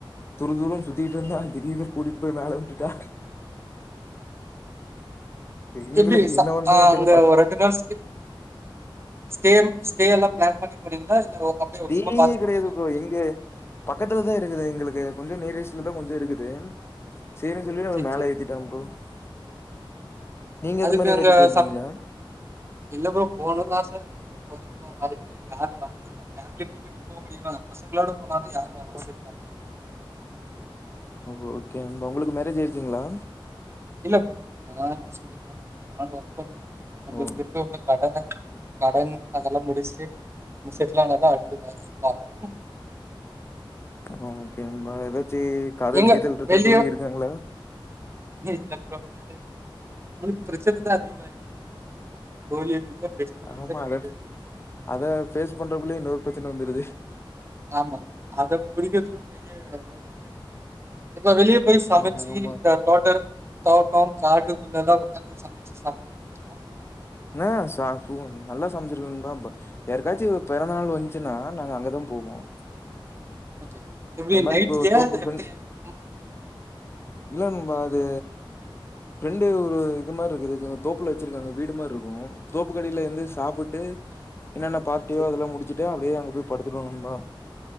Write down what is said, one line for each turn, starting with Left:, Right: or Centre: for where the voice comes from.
Left: துரு துருனு சுத்திட்டு இருந்தா திடீர்னு கூட்டிட்டு போய் மேல விட்டுட்டா எங்களுக்கு
Right: எப்படி
Left: என்ன பண்றதுனே
Right: ஆஹ்
Left: தெரியல
Right: அங்க ஒரு ரெண்டு நாள் ஸ்டே ஸ்டே ஸ்டே எல்லாம் பிளான் பண்ணி போனீங்களா? இல்ல அப்படியே
Left: ஸ்டே
Right: சும்மா பார்த்துட்டு
Left: கெடையாது
Right: உடனே
Left: ப்ரோ
Right: வந்துட்டீங்களா?
Left: எங்க பக்கத்துலதான் இருக்குது எங்களுக்கு கொஞ்சம் லேடீஸ் ல தான் கொஞ்சம் இருக்குது செரின்னனு சொல்லி
Right: சரி,
Left: ஒரு மேலே
Right: சரி.
Left: ஏத்திட்டாங்க ப்ரோ <unintelligible>
Right: அதுக்கு
Left: அது மாரி எங்கயாச்சு
Right: அங்க
Left: போயிருக்கீங்களா
Right: சப் இல்ல ப்ரோ போனும் தான் சார் எங்யும் போறதுக்கான வாய்ப்பு யாரு வர்றதில்ல ஃபேம்லிய கூட்டிட்டு போ முடியுமா பசங்களோட போனாதா யாரு வர மாட்டிக்றாங்க
Left: ஓ ஓகே நண்பா உங்களுக்கு மேரேஜ் ஆயிருச்சுங்ளா?
Right: இல்ல ப்ரோ நா இப்ப சிங்கிள் தா நானு ஒர்க் பண்ணி நம்பள்க்கு
Left: ஓ
Right: இருக்க ஒன்னு கடன கடன் அதல்லா முடிச்ட்டு நம்ம செட்லானாதா அடுத்து எதாச்சு பாக்கணு
Left: ஒ ஓகே நண்பா எதா ச்சி காதல்
Right: எங்க
Left: கீதல்ருக்கா
Right: வெளிய
Left: தோழி இருக்காங்களா? <inaudible>
Right: இல்ல ப்ரோ அப்டியல்லா <inaudible> நம்மளுக் பிரச்சனதா அதிகமா இருக்கு தோழி இல்ல பெஸ்டி
Left: ஆமால
Right: இல்ல யாரு இல்ல
Left: அத ஃபேஸ் பண்றக்குள்ள இன்னொரு பிர ச்சன வந்துருது
Right: ஆமா அத முடிக்கிறதுவ பெரிய ரோதன ஆயிடு இப்ப வெளிய போய் சமச்சி
Left: ஆ ஆமா
Right: இந்த தோட்ட தோட்டம் காட்டுக்குள்லெல்லா ஒக்காந்து சமச்சு சாப்ட்ருகீங்ளா?
Left: ஆ ச சு நல்லா சமச்சுருக்கொ நண்பா ப யாருக்காச்சு பெறந்த நாள் வன்ச்சுன்னா நாங்க அங்கதா போவோம்
Right: ஓகே எப்டி
Left: அன்மாரி
Right: நைட்லயா
Left: கோ தோப்பு
Right: இல்ல
Left: ஃப்ரெண்
Right: எப்டி? ம்
Left: இல்ல நண்பா அது ஃப்ரெண்டு ஒரு இது மாரிருக்குதச்சாங்க தோப்புல வச்சிருக்காங்க வீடு மார்ருக்கு தோப்புக்கடியில இருந்து சாப்புட்டு என்னன்ன பார்டியோ
Right: சரி
Left: அதுலா முடுச்சுட் ட்டு அப்டியே அங்க போய் படுத்துருவோ நண்பா